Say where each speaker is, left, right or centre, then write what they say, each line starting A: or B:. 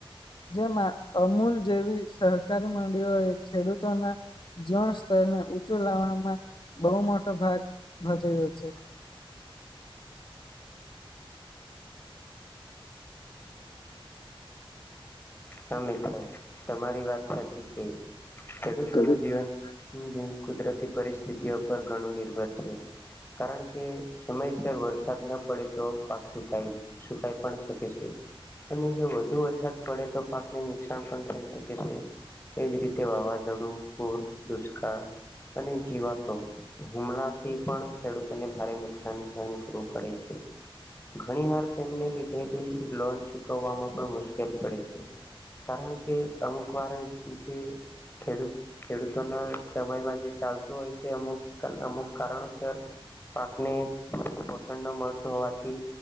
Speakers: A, on the left (about 55°); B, on the left (about 25°).
A: જેમાં અમૂલ જેવી સહકારી મંડળીઓ એ ખેડૂતોના જીવન સ્તરને ઊંચું લાવવામાં બહુ મોટો ભાગ ભજ્યો છે.
B: <unintelligible> હા મિત્ર તમારી વાત સાચી છે. ખેડૂતો
A: ખેડૂતોને
B: ન જીવન કુદરતી પરિસ્થિતિઓ પર ઘણું નિર્ભર છે, કારણ કે સમયસર વરસાદ ન પડે. તો પાક સુકાય સુકાય પણ શકે છે, અને જો વધુ વરસાદ પડે તો પાકને નુકસાન પણ થઈ શકે છે. એજ રીતે વાવાઝોડું, પૂર, દુષ્કાળ અને જીવાતો હુમલાથી પણ ખેડૂતોને ભારે નુકસાન સહન કરવું પડે છે. ઘણી વાર તેમને લીધેથી લોન ચૂકવવામાં પણ મુશ્કેલ પડે છે. કારણ કે અમુક વાર જે ખેડૂત ખેડૂતોના સમયમાં જે ચાલતું હોય છે, અમુક અમુક કારણોસર પાકને પણ પસંદ ન મળતું હોવાથી.